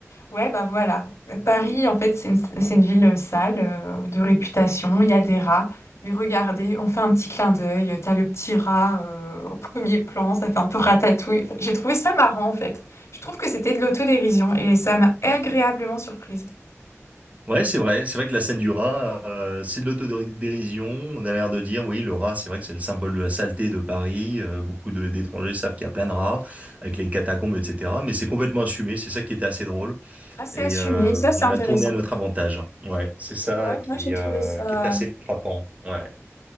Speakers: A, on the left (about 55°); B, on the right (about 25°).
A: Ouais, bah voilà. Paris, en fait, c'est une, c'est une ville euh, sale, euh, de réputation, il y a des rats. Mais regardez, on fait un petit clin d'œil, euh, t'as le petit rat euh, au premier plan, ça fait un peu ratatouille. Enfin, j'ai trouvé ça marrant, en fait. Je trouve que c'était de l'autodérision et ça m'a agréablement surprise.
B: Ouais, c'est vrai. C'est vrai que la scène du rat, euh, c'est de l'autodérision. On a l'air de dire, oui, le rat, c'est vrai que c'est le symbole de la saleté de Paris. Euh, beaucoup de- d'étrangers savent qu'il y a plein de rats, avec les catacombes, etc. Mais c'est complètement assumé. C'est ça qui était assez drôle.
A: Assez
B: Et
A: assumé,
B: euh,
A: ça c'est
B: on
A: intéressant.
B: l'a tourné à notre avantage. Ouais, c'est ça
A: Ouais,
B: qui,
A: moi j'ai trouvé
B: euh,
A: ça...
B: qui était assez frappant. Ouais.